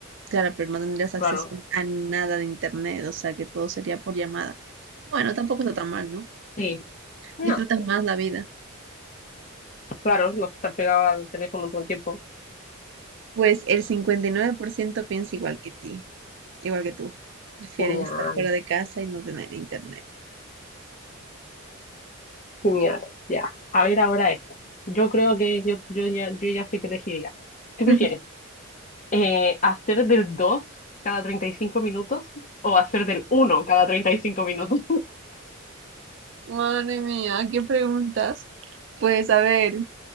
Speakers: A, on the right; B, on the left.
A: Claro, pero no tendrías acceso
B: claro,
A: a nada de internet, o sea que todo sería por llamada. Bueno, tampoco está tan mal, ¿no?
B: sí, no.
A: Disfrutas más la vida.
B: Claro, no estar pegado al teléfono todo el tiempo.
A: Pues el 59% piensa igual que ti, igual que tú. Prefieren
B: Genial,
A: estar fuera de casa y no tener internet.
B: genial. Ya. A ver ahora esto. Yo creo que yo, yo ya, yo ya sé que elegiría. ¿Qué
A: <laughs>
B: prefieres? Eh, ¿hacer del 2 cada 35 minutos o hacer del uno cada 35 minutos?
A: Madre mía, ¿qué preguntas? Pues a ver,